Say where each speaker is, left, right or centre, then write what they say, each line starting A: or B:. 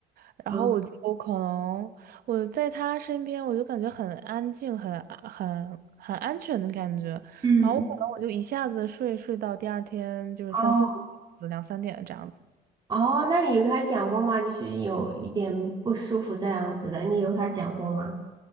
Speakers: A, on the right; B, on the right.
A: 然后我就我可能我在他身边，
B: 嗯
A: 我就感觉很安静，很很很安全的感觉，
B: 嗯，
A: 然后我可能我就一下子睡睡到第二天就是三四点两三点这样子。
B: 哦，哦，那你有跟他讲过吗？就是有一点不舒服这样子的，你有跟他讲过吗？